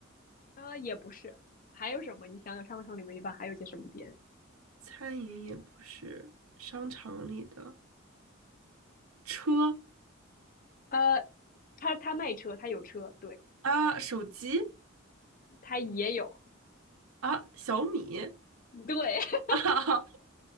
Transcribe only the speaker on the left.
啊、也不是，还有什么？你想想商场里面一般还有些什么店？
呃，他他卖车，他有车，对，
他也有，
对，<laughs>